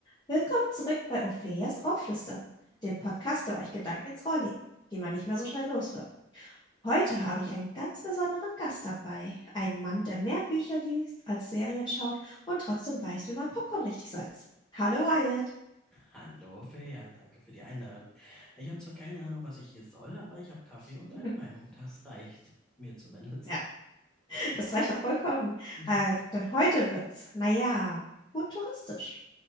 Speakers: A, on the left; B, in the centre.
A: Willkommen zurück bei Ophelias Ohrflüstern, dem Podcast, der euch Gedanken ins Ohr legt, die man nicht mehr so schnell los wird. Heute habe ich einen ganz besonderen Gast dabei. Einen Mann, der mehr Bücher liest als Serien schaut und trotzdem weiß, wie man Popcorn richtig salzt. Hallo Wyatt.
B: Hallo Ophelia, danke für die Einladung. Ich habe zwar keine Ahnung, was ich hier soll, aber ich habe Kaffee
A: <laughs>
B: und eine Meinung. Das reicht. Mir zumindest.
A: Ja, das reicht doch vollkommen. Äh,
B: Okay,
A: denn heute wird's, naja, futuristisch.